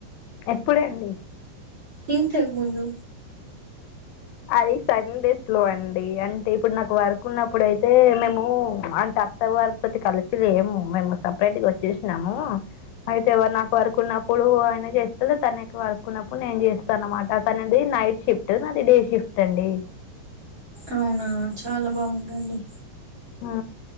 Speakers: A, on the left (about 90°); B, on the right (about 30°).
A: ఎప్పుడండి?
B: ఇంతక్ ముందు
A: అది సన్డేస్ లో అండి. అంటే ఇప్పుడు నాకు వర్క్ ఉన్నప్పుడయితే మేము అంత అత్త వారి తోటి కలిసి లేము. మేము సపరేట్గా వచ్చేసినాము. అయితే వ నాకు వర్క్ ఉన్నప్పుడు ఆయన చేస్తడు, తనకి వర్క్ ఉన్నప్పుడు నేను చేస్తా అనమాట. తనది నైట్ షిఫ్ట్, నాది డే షిఫ్ట్ అండి.
B: అవునా చాలా బాగుందండి.
A: ఆ